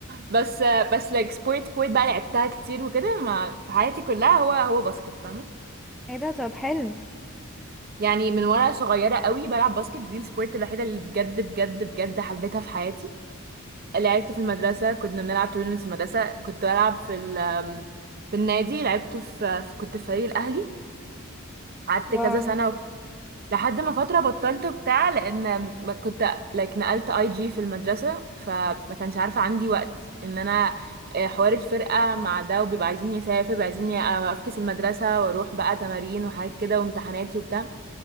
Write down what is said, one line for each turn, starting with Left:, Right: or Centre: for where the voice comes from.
Right: بس آه، بس لايك سبورت سبورت بقى لعبتها كتير وكده ما في حياتي كلها هو هو باسكت فاهمة
Centre: ايه ده طب حلو
Right: يعني من وانا صغيره قوي بلعب باسكت دي السبورت الوحيده اللي بجد بجد بجد حبيتها في حياتي لعبت في المدرسه كنا بنلعب تورنمنتس في المدرسه كنت بلعب في ال في النادي لعبت في في- كنت في فريق الاهلي قعدت
Centre: واو
Right: كذا سنه و- لحد ما فتره بطلت بتاع لان ما كنت like نقلت اي جي في المدرسه فما كانش عارفه عندي وقت ان انا آه، حوار الفرقه مع ده وبيبقى عايزين يسافر بيبقى عايزين افكس المدرسه واروح بقى تمارين وحاجات كده وامتحاناتي وبتاع